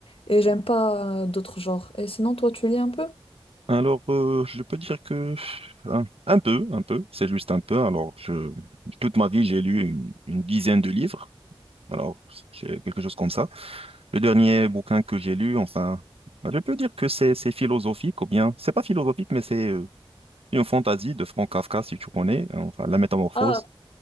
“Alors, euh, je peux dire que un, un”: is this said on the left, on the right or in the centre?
Right